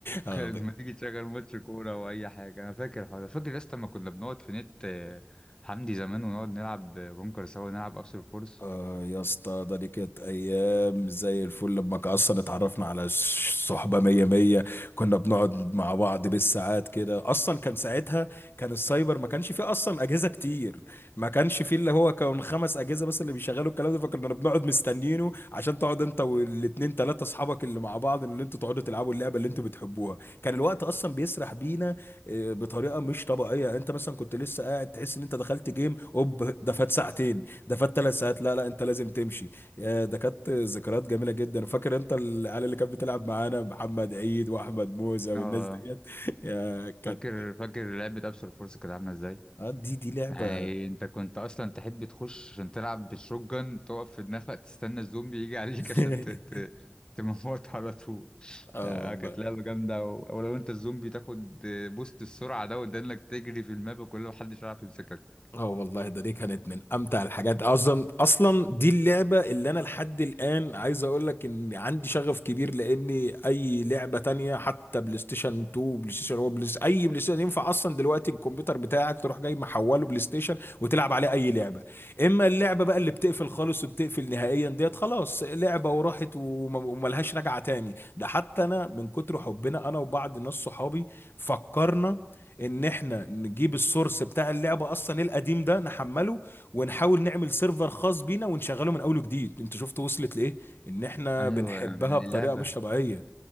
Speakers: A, on the left; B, on the left.
A: اه
B: كان لما تيجي تشغل ماتش كورة او اي حاجة انا فاكر الحوار ده فاكر يا اسطى لما كنا بنقعد في نت آه، حمدي زمان ونقعد نلعب كونكر سوا ونلعب ابسول فورس
A: آه يا اسطى ده دي كانت ايام زي الفل لما ك- اصلا اتعرفنا على ش- صحبه مية مية كنا بنقعد مع بعض بالساعات كده اصلا كان ساعتها كان السايبر ما كانش فيه اصلا اجهزه كتير ما كانش فيه اللي هو كان خمس اجهزه بس اللي بيشغلوا الكلام ده فكنا بنقعد مستنينه عشان تقعد انت والاتنين تلاته اصحابك اللي مع بعض اللي انتوا تقعدوا تلعبوا اللعبه اللي انتوا بتحبوها كان الوقت اصلا بيسرح بينا آه، بطريقه مش طبيعيه يعني انت مثلا كنت لسه قاعد تحس ان انت دخلت جيم اوب ده فات ساعتين ده فات ثلاث ساعات لا لا انت لازم تمشي يا ده كانت ذكريات جميله جدا فاكر انت العيال اللي كانت بتلعب معانا محمد عيد واحمد موزه والناس
B: اه
A: ديت <laughs> يا كانت
B: فاكر فاكر لعبة ابسول فورس كانت عاملة ازاي
A: اه دي دي لعبه
B: يعني انت كنت اصلا تحب تخش عشان تلعب بالشوتجن تقف في النفق تستنى الزومبي يجي عليك
A: <laughs>
B: عشان ت... ت... تموت على طول
A: اه
B: آه،
A: والله
B: كانت لعبة جامدة و... ولو انت الزومبي تاخد بوست السرعة ده وده انك تجري في الماب وكل ما حدش يعرف يمسكك
A: اه والله ده دي كانت من امتع الحاجات اصلا اصلا دي اللعبه اللي انا لحد الان عايز اقول لك ان عندي شغف كبير لاني اي لعبه تانية حتى بلاي ستيشن 2 بلاي ستيشن 1 بلاي ستيشن اي بلاي ستيشن ينفع اصلا دلوقتي الكمبيوتر بتاعك تروح جاي محوله بلاي ستيشن وتلعب عليه اي لعبه اما اللعبه بقى اللي بتقفل خالص وبتقفل نهائيا ديت خلاص لعبه وراحت وما- وملهاش رجعه تاني ده حتى انا من كتر حبنا انا وبعض ناس صحابي فكرنا ان احنا نجيب السورس بتاع اللعبه اصلا القديم ده نحمله ونحاول نعمل سيرفر خاص بينا ونشغله من اول وجديد انت شفت وصلت لايه ان احنا
B: ايوه
A: بنحبها
B: اللعبة
A: بطريقه مش طبيعيه